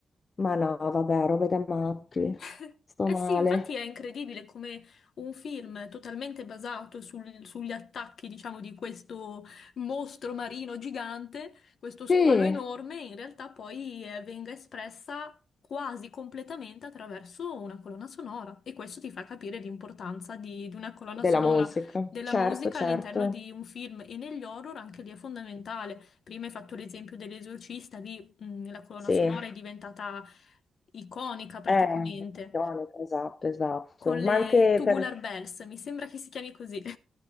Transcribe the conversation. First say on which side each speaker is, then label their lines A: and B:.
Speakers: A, on the left; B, on the left.
A: Ma no, vabbè, robe da matti.
B: <laughs>
A: Sto
B: Eh
A: male.
B: sì, infatti è incredibile come un film totalmente basato sul- sugli attacchi, diciamo, di questo mostro marino gigante, questo squalo
A: Sì,
B: enorme, in realtà poi eh, venga espressa quasi completamente attraverso una colonna sonora. E questo ti fa capire l'importanza di, di una colonna
A: della
B: sonora
A: musica.
B: della
A: Certo,
B: musica
A: certo.
B: all'interno di un film e negli horror anche lì è fondamentale. Prima hai fatto l'esempio dell'esorcista, lì mh, la colonna
A: Sì.
B: sonora
A: Eh,
B: è diventata iconica praticamente,
A: elettronica, esatto, esatto.
B: con
A: Ma
B: le
A: anche
B: Tubular
A: per
B: Bells, mi sembra che si chiami così. <laughs>